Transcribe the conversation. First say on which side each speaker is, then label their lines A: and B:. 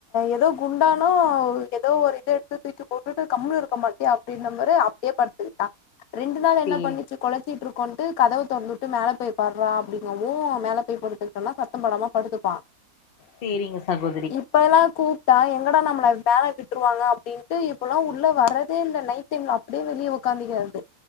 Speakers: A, on the left (about 70°); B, on the left (about 45°).
A: ஏதோ குண்டானோ ஏதோ ஒரு இத எடுத்து தூக்கி போட்டுட்டு கம்முன்னு இருக்க மாட்டியா அப்டின்னே பாரு அப்டியே படுத்துக்கிட்டா ரெண்டு நாள்
B: சேரி
A: என்ன பண்ணிச்சி கொலச்சிட்டு இருக்குன்ட்டு கதவ தொறந்து வுட்டு மேல போய் பட்ரா அப்டிங்கவு மேல போய் படுத்துகிட்டனா சத்தம் போடாம படுத்துப்பா
B: சேரிங்க சகோ
A: இப்பல்லா கூப் ட்டா எங்கடா நம்மள மேல விட்டுருவாங்க அப்டின்ட்டு இப்பல்லா உள்ள வர்றதே இல்ல நைட் டைம்ல அப்டியே வெளியே ஒக்காந்துக்கிறது